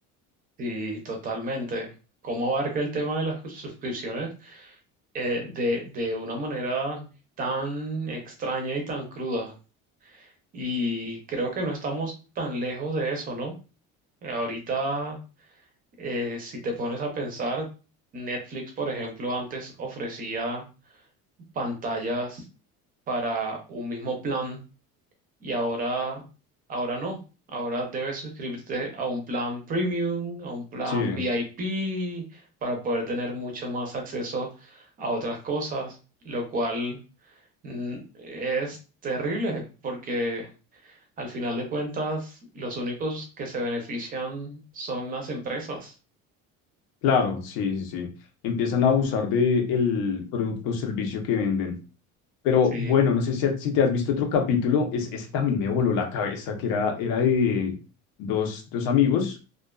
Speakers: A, on the right; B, on the left.
A: Sí, totalmente. ¿Cómo abarca el tema de las cru- suscripciones eh, de, de una manera tan extraña y tan cruda? Y creo que no estamos tan lejos de eso, ¿no? Eh, Ahorita, eh, si te pones a pensar, Netflix, por ejemplo, antes ofrecía pantallas para un mismo plan y ahora, ahora no. Ahora debes suscribirte a un plan premium, a un plan
B: Sí,
A: VIP, para poder tener mucho más acceso a otras cosas, lo cual mm, es terrible porque al final de cuentas los únicos que se benefician son las empresas.
B: claro, sí, sí, sí. Empiezan a abusar de el producto o servicio que venden. Pero
A: Sí,
B: bueno, no sé si, si te has visto otro capítulo, es, ese también me voló la cabeza, que era, era de dos, dos amigos